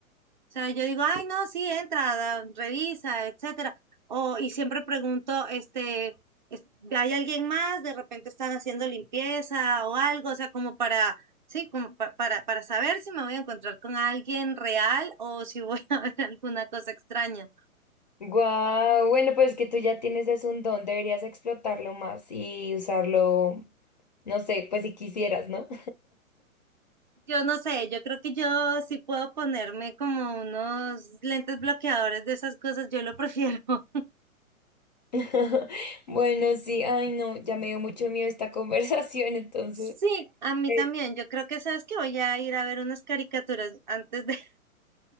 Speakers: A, on the right; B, on the left.
A: sea, yo digo, ay, no, sí, entra, da- revisa, etcétera. O, y siempre pregunto, este, es- ¿hay alguien más? De repente están haciendo limpieza o algo, o sea, como para, sí, como pa- para, para saber si me voy a encontrar con alguien real o si voy <laughs> a ver alguna cosa extraña.
B: Guau, bueno, pues que tú ya tienes es un don, deberías explotarlo más y usarlo, no sé, pues si quisieras, ¿no?
A: Yo no sé, yo creo que yo sí puedo ponerme como unos lentes bloqueadores de esas cosas, yo lo prefiero. <laughs>
B: <laughs> Bueno, sí, ay no, ya me dio mucho miedo esta <laughs> conversación, entonces.
A: Sí, a mí
B: Eh,
A: también. Yo creo que sabes que voy a ir a ver unas caricaturas antes de